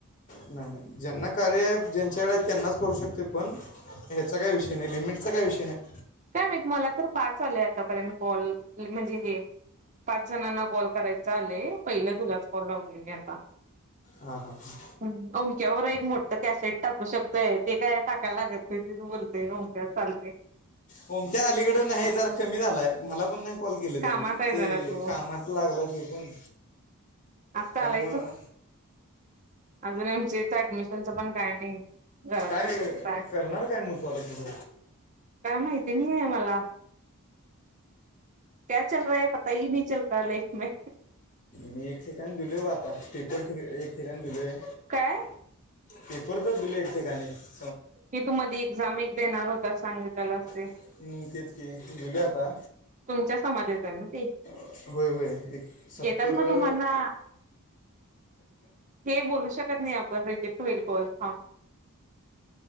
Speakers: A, on the left; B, on the right.
A: नाही नाही ज्यांना कार्य आहे ज्यांच्याकडे आहेत त्यांनाच करू शकते पण ह्याचा काही विषय नाही लिमिट सग काय विषय नाही
B: काय माहित मला तर पाच आले आतापर्यंत कॉल म्हणजे हे पाच जणांना कॉल करायचा आले पहिले तुलाच कॉल लावले मी आता
A: हां हां हां
B: मकवर मोठ त्या साईट टाकू शकतोय ते काय टाकायला लागत नाही बोलते मक्या चालते
A: मच्या्या अलीकड नाही जरा कमी झालाय मला पण नाही कॉल केले त्यान
B: कामात आहे
A: ते
B: जरा तो
A: कामात लागला ते पण
B: आजता
A: त्यामुळं
B: आलायचं अजून एम जच ऍडमिशनच पण काय नाही घरात
A: काय
B: बसूनच आहे
A: करणार काय मग तो आता तुझं
B: काय माहिती नाही आहे मला क्या चल रहा ह पता ह नाही चल रहा लाईफ मे
A: मी एक ठिकाणी दिलो आता पेपर एक ठिकाण दिलोय
B: काय?
A: पेपर तर दिले एक ठिकाणी -
B: की तू मध्ये एक्झाम एक देणार होता, सांगितलेल असते.
A: हं तेच कि, दिले आता.
B: तुमच्याच समाजात येत ना ते?
A: होय होय एक सत्तर
B: घेतात मग तुम्हाना
A: अं.
B: हे बोलू शकत नाही. आपण रोज एक - कि होईल थांब.